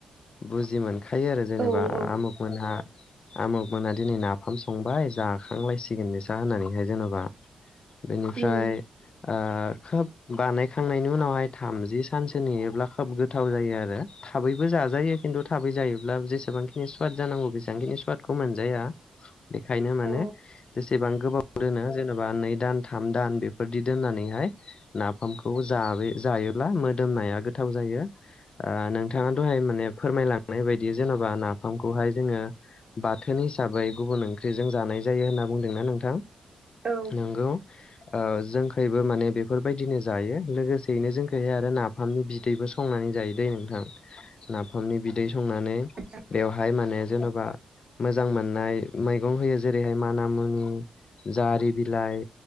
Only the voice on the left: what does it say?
बुजि मोनखायो आरो
जेनेबा आमुगमोनहा आमुग मोना दिनै नाफाम संबाय जाखांलायसिगोन बेसा होननानैहाय जेन'बा बेनिफ्राय
ओ खोब बानायखांनायनि उनावहाय थामजि सानसो नेयोब्ला खोब गोथाव जायो आरो थाबैबो जाजायो। खिन्थु थाबै जायोब्ला जेसेबांखिनि सुवाद जानांगौ बेसेबांखिनि सुवादखौ मोनजाया। बेखायनो माने
जेसेबां गोबाव दोनो जेनेबा नै दान थाम दान बेफोरदि दोननानैहाय नाफामखौ जाबे जायोब्ला मोदोमनाया गोथाव जायो। यो ओ नोंथाङा दहाय माने फोरमायलांनाय बायदि जेन'बा नाफामखौहाय जोङो बाथोन हिसाबै गुबुन ओंख्रिजों जानाय जायो होनना बुंदोंना नोंथां?
नोंगौ ओ जों हायबो माने बेफोरबायदिनो जायो लोगोसेयैनो जोंखौहाय आरो नाफामनि बिदैबो संनानै जायो दैे नोंथां। नाफामनि बिदै संनानै
बेवहाय माने जेन'बा मोजां मोननाय मैगं होयो जेरैहाय माना मुनि जारि बिलाइ